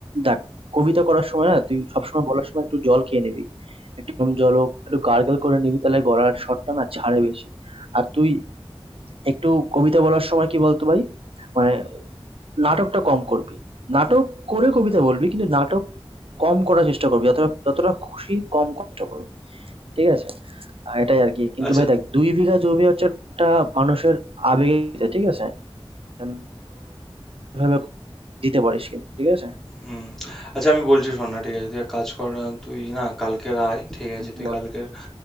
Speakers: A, on the right; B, in the centre.
A: দেখ, কবিতা করার সময় না তুই সবসময় বলার সময় একটু জল খেয়ে নিবি। একটু গরম জল হোক, একটু গার্গল করে নিবি তাহলে গলার স্বরটা না ছাড়ে বেশি। আর তুই একটু কবিতা বলার সময় কি বলতো ভাই? মানে নাটকটা কম করবি। নাটক করে কবিতা বলবি কিন্তু নাটক কম করার চেষ্টা করবি। যতটা যতটা খুশি কম কষ্ট করবি। ঠিক আছে? আ এটাই আরকি। কিন্তু
B: আচ্ছা
A: ভাই দেখ ২ বিঘা জমি হচ্ছে একটা মানুষের আবেগে দিতে, ঠিক আছে? যেন এভাবে দিতে পারিস কিন্তু, ঠিক আছে?
B: হুম আচ্ছা আমি বলছি শোন না ঠিক আছে তুই এক কাজ কর আহ, তুই না কালকের আয় ঠিক
A: হুম,
B: আছে তুই
A: বল।
B: কালকের